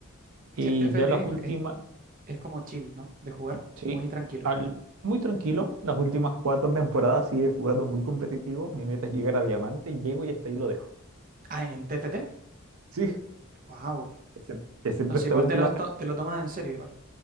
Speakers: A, on the right; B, on the right.
A: Y
B: Si el TFT
A: ya las
B: es,
A: últimas,
B: es- es como chill, ¿no? De jugar
A: sí,
B: muy tranquilo.
A: al- muy tranquilo, las últimas cuatro temporadas sí he jugado muy competitivo, mi meta es llegar a diamante, llego y hasta ahí lo dejo.
B: Ah, en TFT,
A: Sí,
B: wow.
A: excep- excepto
B: Entonces
A: esta
B: igual
A: última.
B: te lo, to-
A: tem-
B: te lo tomas en serio.